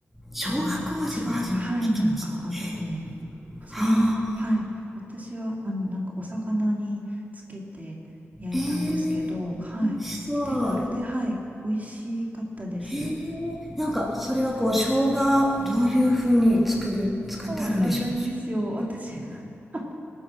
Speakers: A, in the centre; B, on the right.
A: 小学校は初めて聞きました。
B: なん、生姜、はい、なんかあって、
A: えー、
B: それも、
A: はあ。
B: はい、私は、あの、なんかお魚につけて焼いたんですけど、
A: えー
B: はい、
A: 美味しそう。
B: 手軽で、はい、美味しかったです。
A: へえ。なんか、それはこう、生姜、どういうふうに作る、作ってあるんでしょう。
B: あわかんないんですよ、私。<laughs>